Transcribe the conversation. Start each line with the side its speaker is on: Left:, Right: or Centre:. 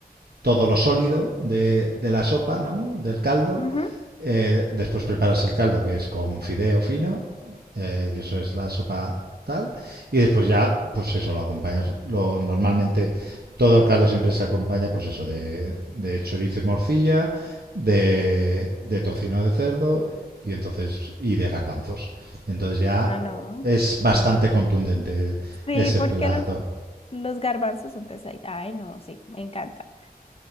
Right: todo lo sólido de, de la sopa, ¿no? Del caldo.
Left: Ujú.
Right: Eh, después preparas el caldo, que es con fideo fino, eh, y eso es la sopa tal. Y después ya, pues eso, lo acompañas. Lo, normalmente todo el caldo siempre se acompaña, pues eso, de, de chorizo y morcilla, de, de tocino de cerdo y entonces y de garbanzos. Entonces ya
Left: Ah, no.
Right: es bastante
Left: Mm.
Right: contundente
Left: Sí,
Right: ese
Left: porque
Right: plato.
Left: los, los garbanzos son pesaditos. Ay, no, sí, me encanta.